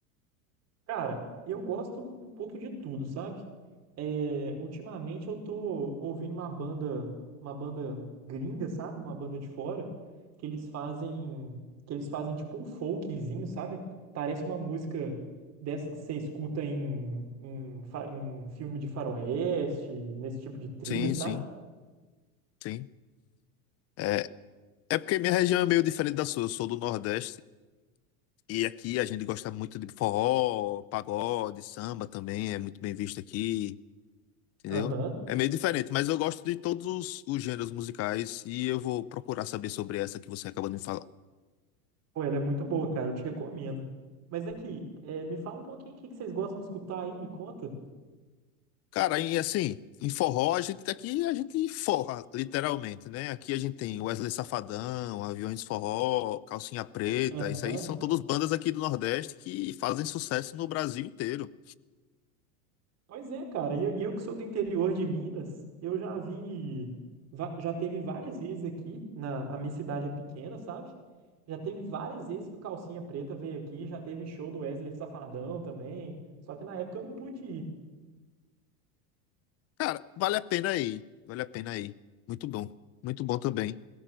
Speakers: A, on the right; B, on the left.
A: Cara, eu gosto um pouco de tudo, sabe? É, ultimamente eu tô ouvindo uma banda, uma banda gringa, sabe? Uma banda de fora, que eles fazem, que eles fazem tipo um folkzinho, sabe? Parece uma música dessa que você escuta em, em, fa- em filme de faroeste, nesse tipo de trilha,
B: Sim,
A: sabe?
B: sim, sim. É, é porque minha região é meio diferente da sua. Eu sou do Nordeste e aqui a gente gosta muito de forró, pagode, samba também. É muito bem visto aqui, entendeu?
A: Aham.
B: É meio diferente, mas eu gosto de todos os, os gêneros musicais e eu vou procurar saber sobre essa que você acabou de me falar.
A: Pô, ela é muito boa, cara. Eu te recomendo. Mas aqui, é, me fala um pouquinho o que que vocês gostam de escutar aí, me conta.
B: Cara, e assim, em forró, a gente aqui a gente forra, literalmente, né? Aqui a gente tem Wesley Safadão, Aviões Forró, Calcinha Preta,
A: Aham.
B: isso aí são todas bandas aqui do Nordeste que fazem sucesso no Brasil inteiro.
A: Pois é, cara. E eu, e eu que sou do interior de Minas, eu já vi, va- já teve várias vezes aqui, na, a minha cidade é pequena, sabe? Já teve várias vezes que o Calcinha Preta veio aqui, já teve show do Wesley Safadão também, só que na época eu não pude ir.
B: Cara, vale a pena aí, vale a pena aí. Muito bom, muito bom também.